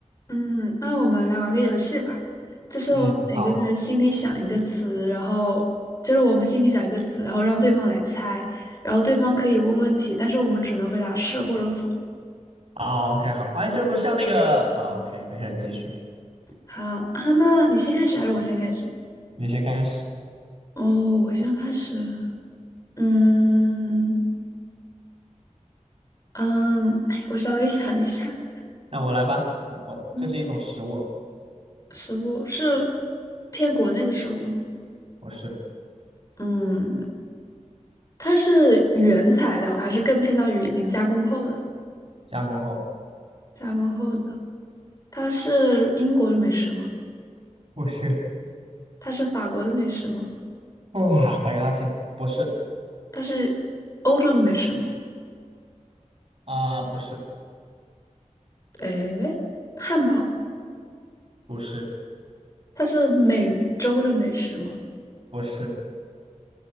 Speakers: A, on the left; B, on the right.
A: 嗯，那我们来玩个游戏吧，就是我们每个人心里想一个词，
B: 嗯，好
A: 然后就是我们心里想一个词，然后让对方来猜，然后对方可以问问题，但是我们只能回答是或者否。
B: 啊，OK，好，哎，这不是像那个啊，OK，没事，你继续，
A: 好，啊，那你先开始还是我先开始？
B: 你先开始，
A: 哦，我先开始。嗯嗯，哎我稍微想一下。
B: 那我来吧。我这是一种食物，
A: 嗯，食物是偏国内的食物吗？
B: 不是
A: 嗯，它是原材料还是更偏向于已经加工后的？
B: 加工后，
A: 加工后的。它是英国的美食吗？
B: 不是，
A: 它是法国的美食吗？
B: 哇、打个哈欠，不是
A: 它是欧洲的美食吗？
B: 啊、不是，
A: 诶，汉堡，
B: 不是，
A: 它是美洲的美食吗？
B: 不是，